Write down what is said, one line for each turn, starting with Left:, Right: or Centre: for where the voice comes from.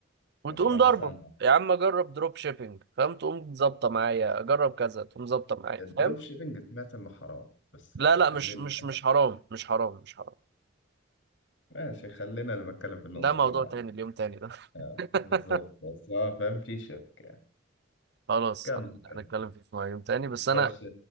Right: وتقوم
Left: مشروع
Right: ضربه
Left: مثلا
Right: يا عم اجرب دروب شيبينج فاهم تقوم ظابطه معايا اجرب كذا تقوم ظابطه معايا
Left: الدروب
Right: فاهم
Left: شيبنج سمعت انه حرام بس
Right: لا
Left: آه،
Right: لا
Left: خلينا
Right: مش مش مش حرام مش حرام مش حرام
Left: ماشي خلينا انا بتكلم في النقطة
Right: ده موضوع
Left: دي بعدين
Right: تاني اليوم تاني ده
Left: اه
Right: <laughs>
Left: بالظبط بس اه فاهم في شك يعني
Right: خلاص
Left: كمل كمل
Right: هنتكلم فيه في يوم تاني بس
Left: خش
Right: انا